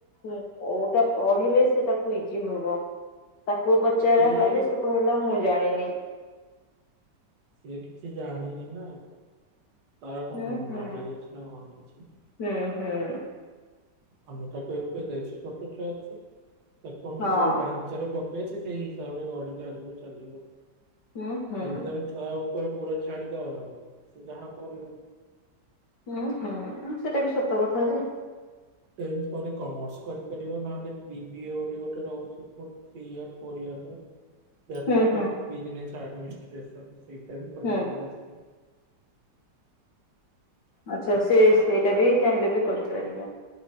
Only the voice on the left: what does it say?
କୋଉଟା ପଢିଲେ ସେ ତାକୁ ଇଜି ହବ ତାକୁ ପ ପଚରା
ହେଲା ଯେ ସେ କହିଲା ମୁଁ ଜାଣିନି।
ହୁଁ ହୁଁ
ହୁଁ ହୁଁ।
ହଁ
ହୁଁ ହୁଁ।
ଉଁ ହୁଁ ସେଇଟା ବି ସତ କଥା ଯେ।
ହୁଁ ହୁଁ
ହୁଁ।
ଆଚ୍ଛା ସେ ସେଇଟା ବି ଚାହିଁଲେ ବି କରିପାରିବ।